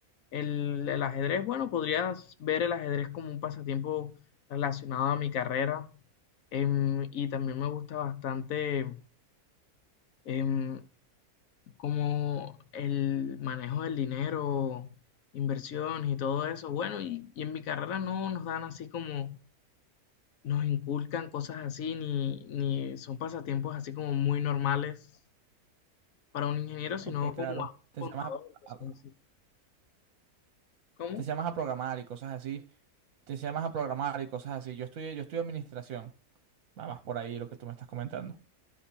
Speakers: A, on the left; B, on the right.
A: el, el ajedrez. Bueno, podrías ver el ajedrez como un pasatiempo relacionado a mi carrera. Em, y también me gusta bastante em, como el manejo del dinero, inversiones y todo eso. Bueno, y, y en mi carrera no nos dan así como nos inculcan cosas así, ni, ni son pasatiempos así como muy normales para un ingeniero, sino
B: Ok,
A: como
B: claro.
A: más
B: Te
A: contador,
B: llamas
A: cosas
B: a, a-
A: así. ¿Cómo?
B: te llamas a programar y cosas así. Te llamas a programar y cosas así. Yo estudio, yo estudio administración. Va más por ahí lo que tú me estás comentando.